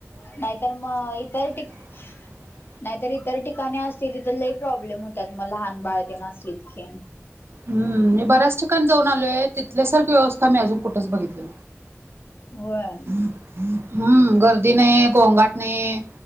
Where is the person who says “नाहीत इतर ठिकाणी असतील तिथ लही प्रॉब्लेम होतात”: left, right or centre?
Left